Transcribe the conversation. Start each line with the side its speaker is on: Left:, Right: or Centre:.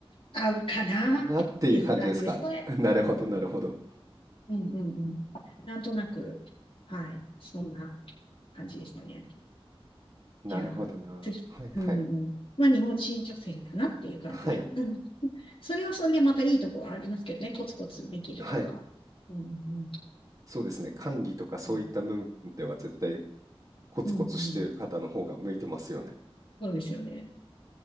Left: 合うかなっていう感じですね。
Right: なっていう感じですか。<laughs> なるほどなるほど。
Left: うんうんうん。なんとなく、はい、そんな感じですね。
Right: なるほどな。
Left: じゃあ、次、
Right: はいはい。
Left: うんうん。まあ、日本人女性だなっていう感じや。
Right: はい。
Left: うん。それはそれでまたいいとこはありますけどね。コツコツできるとか。
Right: はい。
Left: うんうん
Right: そうですね。管理とかそういった部分では絶対
Left: うん。
Right: コツコツしてる方の方が向いてますよね。
Left: うんうんそうですよね。